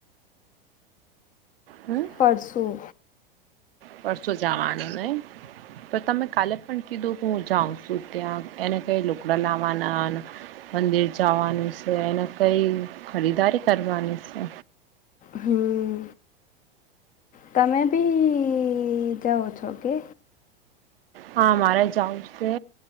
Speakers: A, on the right; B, on the left.
A: હમ
B: પરસું
A: પરસો, જવાનું ને તો તમે કાલે પણ કીધું કે હુ, જાઉં છુ, ત્યાં એને કઈ લુકડા લાવવાના મંદિર જવાનું છે, અનેને કઈ ખરીદારી કરવાની છે.
B: હમ તમે બી જાવ છો, કે
A: હા, મારે જઉ છે.